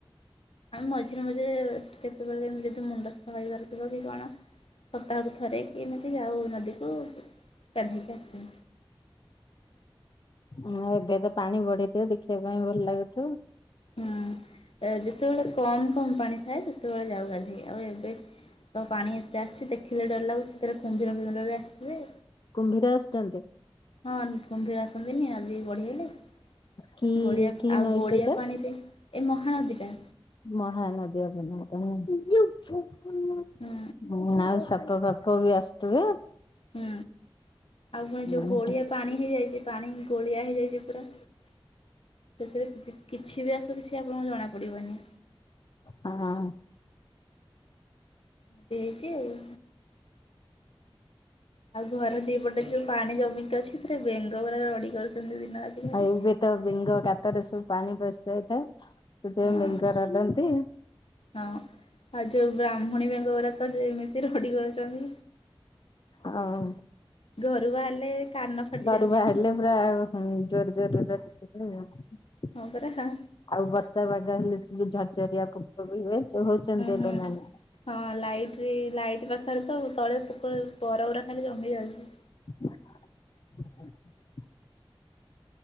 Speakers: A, on the left; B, on the left.
A: ଆମେ ମଝିରେ ମଝିରେ କେ ଯଦି ମୁଣ୍ଡା ସଫା କରିବାର ଥିବ କି କଣ। ସପ୍ତାହକୁ ଥରେ କିି ଏମିତି ଆଉ ନଦୀକୁ ଗାଧେଇକି ଆସୁ।
B: ହଁ ଏବେ ତ ପାଣି ବଢେଇଥିବ ଦେଖିବା ପାଇଁ ଭଲ ଲାଗୁଥିବ।
A: ହୁଁ ଯେତେବେଳେ କମ କମ ପାଣି ଥାଏ ସେତେବେଳେ ଯାଉ ଗାଧେଇ ଆଉ ଏବେ ତ ପାଣି ଏତେ ଆସିଛି ଦେଖିଲେ ଡର ଲାଗୁଛି ସେଥିେରେ କୁମ୍ଭୀର ଫୁମ୍ବିର ବି ଆସିଥିବେ।
B: କୁମ୍ଭୀର ଆସିଚନ୍ତି।
A: ହଁ କୁମ୍ଭୀର ଆସନ୍ତିନି ନଦୀ ବଢି ହେଲେ।
B: କି
A: ଗୋଳିଆ
B: କି
A: ଆଉ
B: ନଈ
A: ଗୋଳିଆ
B: ସେଇଟା?
A: ପାଣିରେ ଏଇ ମହାନଦୀ ଟା।
B: ମହାନଦୀ ଆଉ ବନ୍ୟାପାଣି <unintelligible>
A: ହୁଁ
B: ସାପ ଫାପ ବି ଆସିୁଥିବେ।
A: ହୁଁ ଆଉ ପୁଣି ଯୋଉ
B: ହଁ
A: ଗୋଳିଆ ପାଣି ପାଣି ହେଇଯାଇଛି ପାଣି ଗୋଳିଆ ହେଇଯାଇଛି ପୁରା। ସେଥିରେ କିଚି କିଛି ବି ଆସୁ କିଛି ଆପଣଙ୍କୁ ଜଣାପଡ଼ିବନି।
B: ହଁ।
A: ଦେଇଛି ଆଉ। ଆଉ ଘରେ ଦି ପଟେ ଯୋଉ ପାଣି ଜମିକି ଅଛି ସେଥିରେ ବେଙ୍ଗ ପୁରା ରଡି କରୁଛନ୍ତି ଦିନ ରାତି। ଖାଲି।
B: ଆଉ ଏବେ ତ ବେଙ୍ଗ ଗାତରେ ସବୁ ପାଣି ପଶଯାଇଥାଏ ସେଥିପାଇଁ
A: ହଁ
B: ବେଙ୍ଗ ରଡନ୍ତି।
A: ହଁ ଆଉ ଯୋଉ ବ୍ରାହ୍ମଣୀ ବେଙ୍ଗଗୁରା ତ ଯେମିତି ରଡି କରଛନ୍ତି।
B: ହଁ।
A: ଘରୁ ବାହାରିଲେ। କାନ ଫାଟି
B: ଘରୁ
A: ଯାଉଛି
B: ବାହାରିଲେ ପୁରା ହୁଁ ଜୋର ଜୋର ରେ। <unintelligible>
A: ହଁ ପରା ହଁ।
B: ଆଉ ବର୍ଷା ପାଗ ହେଲେ ସେ ଯୋଉ ଝରଝରିଆ ପୋକ ବି ହୁଏ ସେ ହଉଛନ୍ତି ଏବେ
A: ହୁଁ।
B: ନା ନାହିଁ।
A: ହଁ ଲାଇଟରେ ଲାଇଟ୍ ପାଖରେ ତ ତଳେ ପୋକ ପର ଉରା ଖାଲି ଜମି ଯାଉଛି।
B: <inaudible>